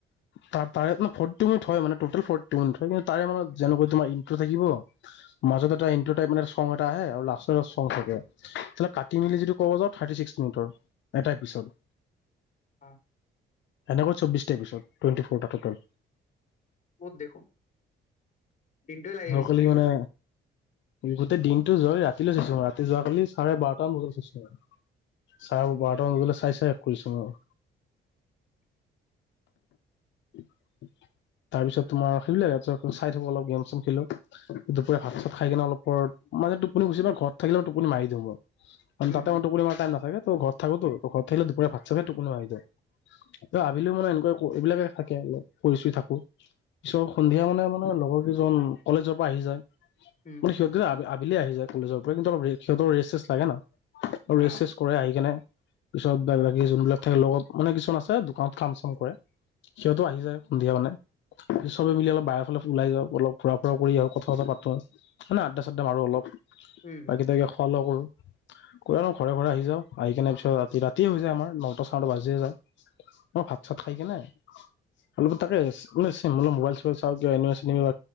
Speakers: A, on the left (about 70°); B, on the left (about 40°).
A: ত তাৰে ফৰ্টি মিনিট হয় মানে, টতেল ফৰ্টি মিনিট হয়। কিন্তু তাৰে মানে যেনেকৈ তোমাৰ ইন্ত্ৰ থাকিব মাজত এটা ইন্ত্ৰ টাইপ মানে চং এটা আহে আৰু লাষ্ট <unintelligible> থাকে। কাটি মেলি যদি ক'ব যাও থাৰ্তি ছিক্স মিনিট। এটা এপিছদ।
B: অ।
A: এনেকৈ চৌবিছটা এপিছদ। টুৱেন্টি ফৰটা টটেল।
B: মত দেখোন। দিনটো লাগি
A: যোৱাকালি
B: গৈছে চাগে।
A: মানে গোটেই দিনটো যয় ৰাতিলৈ চাইছো। ৰাতি যোৱাকালি চাৰে বাৰটামান বজাত চাইছো আৰু। চাৰে বাৰটামান বজালে চাই চাই শেষ কৰিছো মই।
B: <inaudible>
A: <unintelligible> তাৰ পিছত তোমাৰ সেইবিলাক চাই থাকো, অলপ গেম চেম খেলো দুপৰীয়া ভাত চাত খাই কিনে অলপ পৰ মানে টোপনি গুচি ঘৰত থাকিলে টোপনি মাৰি দিওঁ মই। কাৰণ
B: উম
A: তাতে
B: হুম
A: ইমান টোপনি মাৰা টাইম নাথাকে। ত থাকোটো ঘৰত থাকিলে দুপৰীয়া ভাত চাত খাই টোপনি আহি যায়। ত আবেলি সময়ত এনেকুৱাই কৰোঁ এইবিলাকে থাকে আৰু কৰি চুই থাকো। পিছৰ সন্ধিয়া মানে মানে লগৰ কেইজন কলেজৰ পৰা আহি যায়।
B: উম
A: মানে সিহঁত আবে আবেলি আহি যায় কলেজৰ পৰা। কিন্তু অলপ সিহঁতৰ ৰেষ্ট চেষ্ট লাগে না। আৰু ৰেষ্ট
B: অ
A: চেষ্ট কৰে আহি কেনে। পিছত বা বাকী যোনবিলাক থাকে লগত মানে কিছুমান আছে দোকানত কাম চাম কৰে। সিহঁতো আহি যায়। সন্ধিয়া মানে চবে মিলি অলপ বাহিৰৰ ফালে ওলাই যাওঁ। অলপ ঘুৰা ফুৰা কৰি আহো। কথা ছথা পাতো মানে আদ্দা-চাদ্দা মাৰো অলপ।
B: উম হুম
A: বাকী তাকে খোৱা-লোৱা কৰো।
B: <inaudible>
A: কৈ নো ঘৰে ঘৰে আহি যাওঁ। আহি কিনে পিছত ৰাতি ৰাতিয়ে হৈ যায়। আমাৰ নটা চাৰে নটা বাজিয়ে যায়। মই ভাত-চাত খাই কেনে অলপ ৰেষ্ট <unintelligible> কৰি মোবাইল চোবাইল চাওঁ কিবা এনিমি চেনিমি